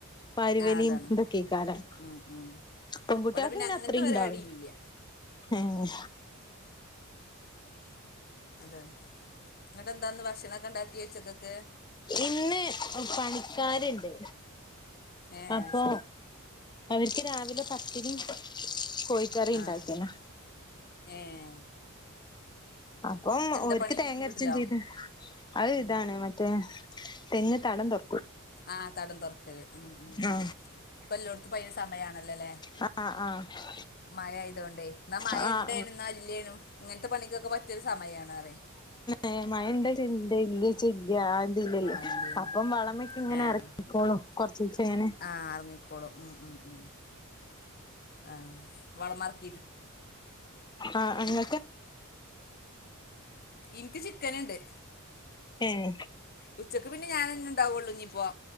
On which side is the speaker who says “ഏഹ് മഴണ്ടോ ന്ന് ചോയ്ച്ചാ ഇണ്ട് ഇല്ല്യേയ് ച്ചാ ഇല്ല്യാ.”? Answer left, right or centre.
Left